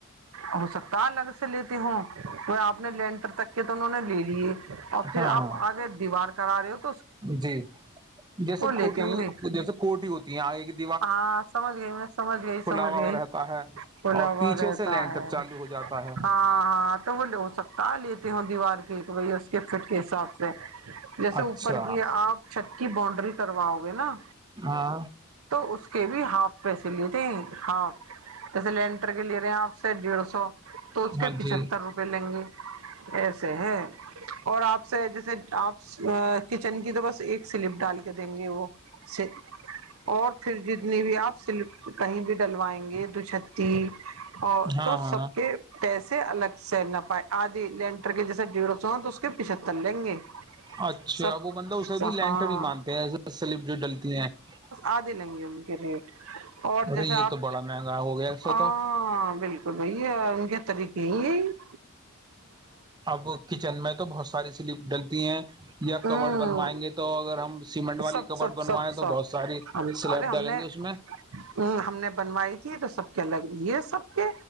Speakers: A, on the right (about 75°); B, on the right (about 20°).
A: ہو سکتا ہے الگ سے لیتے ہوں کو آپ اپنے لینٹر تک کے تو انہوں نے لے لیے اور پھر
B: ہاں
A: آپ آگے دیوار کے کرا د <unintelligible>
B: جی جیسے
A: لیتے
B: کھوٹی
A: ہوں گے
B: جیسے کھٹی ہوتی ہیں یہ ایک <unintelligible>
A: ہاں سمجھ گئی میں سمجھ گئی سمجھ
B: ہوا
A: گئی
B: ہو رہتا ہے
A: بلاوا
B: اور پیچھے
A: رہتا
B: سے لینٹر
A: ہے
B: چالو ہو جاتا ہے
A: ہاں ہاں تو وہ ہو سکتا لیتی ہ وار کیک بئی فٹ کے حساب سے جیسے
B: اچھا
A: اوپر کی آپ چھت کی باونڈری کرواؤ گے نا
B: ہاں
A: اس کے بھی ہاف پیسے لیےتے ہاف جیسے لینٹر کے لے رہے ہیں آپ سے ڈیڑھ سو تو اس کے
B: ہاں
A: پچہتر
B: جی
A: روپئے لیں گے ایسے ہیں اور آپ سے جیسے آپ <unintelligible> ا کچن کی تو بس <unintelligible> سلپ ڈال کے دیں گے وہ <unintelligible> چ <unintelligible> اور پھر جتنی بھی آپ سل کہیں بھی ڈلوائیں گے دو چھتی <unintelligible> اور
B: ہاں
A: تو
B: ہاں
A: سب کے پیسے الگ <unintelligible> س نہ پائے آدھی لینٹر کے جیسا جڑونا تو اس کے پچھتر لیں گے <unintelligible>
B: اچھا
A: سب
B: وہ بطلب اسے بھی لینٹر
A: ہاں
B: ہی مانتے ہیںسے سلپ جو ڈلتی ہیں <unintelligible>
A: آ د لیں گے ان کے ریٹ اور
B: ارے
A: جیسے
B: یہ
A: آپ
B: تو بڑا مہنگا ہو گیا ایسا
A: ہاں
B: تو
A: بالکل <unintelligible> بھیا ان کے طریقے یہ ہیں <unintelligible>
B: اب کچن میں تو بہت ساری سلیپ ڈلتی ہیں یا
A: ہوں
B: کبڈ بنوائیں گے تو اگر ہم سیمنٹ والی
A: سب
B: کبڈ
A: سب
B: بنوائیں
A: سب
B: تو
A: سب
B: بہت ساری <unintelligible> سلیب
A: ارے
B: ڈالیں
A: ہم نے
B: گے اس میں
A: ہ ہم نے بنوائی تھی تو سب کے الگ یہ سب کے